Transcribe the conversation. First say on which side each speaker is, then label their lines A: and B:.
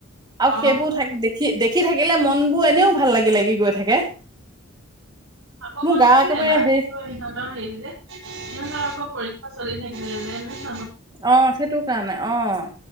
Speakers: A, on the right (about 20°); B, on the right (about 85°).
A: আৰু
B: অ
A: সেইবোৰ থাক দেখি দেখি থাকিলে মন বোৰ এনেও ভাল লাগিল লাগি গৈ থাকে।
B: খাব
A: মোৰ
B: মন
A: গা
B: আাছিলে
A: একেবাৰে
B: এবাৰ
A: হেৰি
B: সো সিহঁতৰ হেৰি যে সিহঁতৰ আকৌ পৰীক্ষা চলি থাকে। <unintelligible>
A: অঁ, সেইটো কাৰণে অঁ,